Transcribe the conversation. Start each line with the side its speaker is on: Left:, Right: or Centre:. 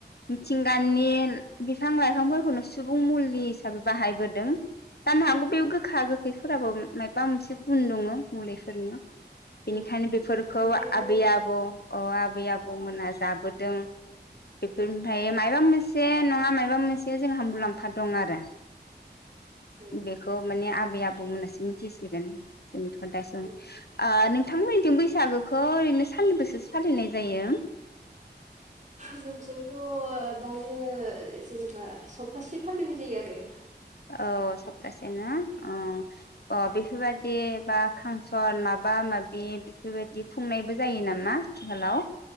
Left: मिथिंगानि बिफां लाइफांफोरखौनो सुबुं मुलि हिसाबै बाहायबोदों। जानो हागौ बे गोखा गोखैफोराबो मायबा मोनसे गुन दङो मुलि फोरनि बेनिखायनो
Right: औ
Left: बेफोरखौ
Right: बेनिखायनो
Left: आबै आबौ अ आबै आबौमोनहा जाबोदों बेफोरनिफ्राय मायबा मोनसे नंङा मायबा मोनसे जोंहा मुलाम्फा दं आरो।
Right: औ
Left: बेखौ माने आबै आबौ मोनासो मिथिसिगोन। एनथ दा सों
Right: औ
Left: ओ नोंथां मोननिजों बैसागोखौ ओरैनो सानबैसेसो फालिनाय जायो?
Right: जोंनिथिंथ' दायो जेनेबा सप्तासे फालिनाय जायो आरो।
Left: औ सप्तासे यो ना अ अ बेफोरबायदि बा फांसन माबा माबि बेफोरबायदि खुंनायबो जायो नामा आथिखालाव?